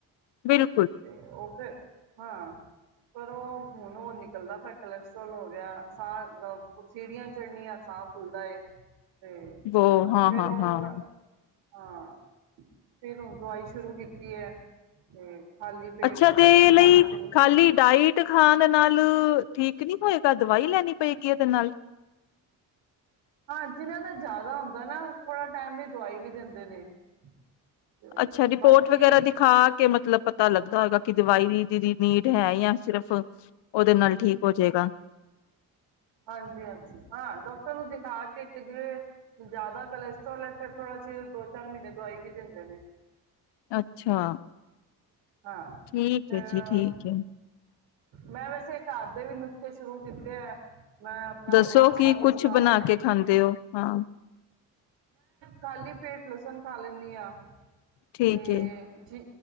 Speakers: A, on the left; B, on the right.
A: ਬਿਲ
B: ਤੇ ਓ ਫੇ ਹਾਂ, ਪਰ ਓਹ ਹੁਨ ਓ ਨਿਕਲਦਾ ਪੇ ਕਲੈਸਰ੍ਰੋਲ ਹੋ ਗੇਆ, ਸਾਹ ਸੀਦੀਆਂ ਚੜਨੀਆਂ ਸਾਹ ਫੁੱਲਦਾ ਏ। ਤੇ
A: ਬ, ਹਾਂ,
B: ਫੇਰ
A: ਹਾਂ,
B: ਹੁਣ
A: ਹਾਂ।
B: ਮੈਂ ਹਾਂ, ਫਿਰ ਹੁਨ ਦਵਾਈ ਸ਼ੁਰੂ ਕੀਤੀ ਏ, ਤੇ ਖਾਲੀ ਪੇਟ
A: ਅੱਛਾ ਤੇ
B: ਲਸਣ
A: ਲਈ
B: ਖਾਣਾ ਸ਼ੁਰੂ ਕੀਤਾ
A: ਖਾਲੀ ਡਾਇਟ ਖਾਨ ਨਾਲ ਠੀਕ ਨੀ ਹੋਏਗਾ, ਦਵਾਈ ਲੈਣੀ ਪਏਗੀ ਏਦੇ ਨਾਲ।
B: ਹਾਂ, ਜਿਨਾਂ ਦਾ ਜ਼ਾਦਾ ਹੁੰਦਾ ਨਾ ਥੋੜਾ ਟੈਮ ਵੀ ਦਵਾਈ ਵੀ ਦਿੰਦੇ ਨੇ। ਤੇ
A: ਅੱਛਾ ਰਿਪੋਟ
B: ਬਾਕੀ
A: ਵਗੈਰਾ ਦਿਖਾ ਕੇ ਮਤਲਬ ਪਤਾ ਲੱਗਦਾ ਹੋਏਗਾ ਕਿ ਦਵਾਈ ਦੀ ਦੀ ਨੀਡ ਹੈ ਯਾ ਸਿਰਫ ਓਦੇ ਨਾਲ ਠੀਕ ਹੋਜੇਗਾ।
B: ਹਾਂਜੀ, ਹਾਂਜੀ ਹਾਂ ਡੋਕਟਰ ਨੂੰ ਦਿਖਾ ਕੇ ਵੀ ਏ, ਜ਼ਿਆਦਾ ਕਲੇਸਟ੍ਰੋਲ ਏ ਫਿਰ ਥੋੜਾ ਚੀਰ ਦੋ ਤੀਨ ਮ੍ਹੀਨੇ ਦਵਾਈ ਵੀ ਦਿੰਦੇ ਨੇ।
A: ਅੱਛਾ।
B: ਹਾਂ।
A: ਠੀਕ
B: <unintelligible>
A: ਹੈ ਜੀ ਠੀਕ ਹੈ
B: ਮੈਂ ਵੈਸੇ ਘਰ ਦੇ ਵੀ ਨੁਕਸੇ ਸ਼ੁਰੂ ਕੀਤੇ ਐ, ਮੈਂ ਅਪਨਾ
A: ਦੱਸੋ
B: ਹੁਨ ਨਾਸ਼ਤਾ
A: ਕਿ ਕੁਛ
B: ਨੂਸ਼ਤਾ
A: ਬਣਾ ਕੇ ਖਾਂਦੇ ਹੋ ਹਾਂ
B: ਖਾਲੀ ਪੇਟ ਲਸਣ ਖਾ ਲੈਂਦੀ ਹਾਂ
A: ਠੀਕ
B: ਤੇ,
A: ਹੈ
B: ਜੀ